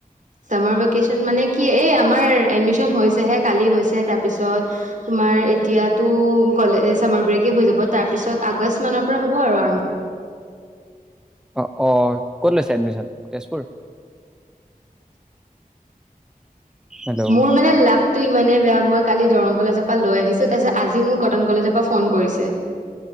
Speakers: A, on the right; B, in the centre.
A: চামাৰ ভিকেচন মানে কি এই আমাৰ এডমিচন হৈছেহে কালি হৈছে তাৰপিছত তোমাৰ এতিয়াটো কলে চামাৰ ব্ৰেকে হৈ যাব তাৰপিছত আগছ মানৰ পৰা হ'ব আৰম
B: অ অ ক'ত লৈছা এডমিচন তেজপুৰ হেল্ল'
A: মোৰ মানে লাগটো ইমানেই বেয়া মই কালি দৰং কলেজৰ পৰা লৈ আহিছো তা--ছত আজি মোৰ কটন কলেজৰ পৰা ফোন কৰিছে